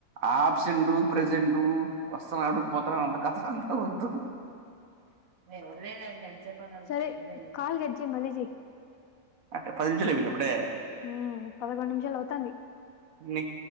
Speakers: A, on the right; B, on the left.
A: ఆబ్సెంటు, ప్రజెంటు వస్తననే ఉంట పోతనే ఉంట కథకల్ వద్దు. నేను వదిలేను ఎంతసేపు అని అడిగితే
B: సరే
A: వదిలేను
B: కాల్ కట్ జేయ్ మళ్ళీ జేయ్
A: అంటే పది నిమిషాలు ఐపోయిందా అప్పుడే?
B: హ్మ్ పదకొండు నిమిషాలు అవుతాంది.
A: న్ని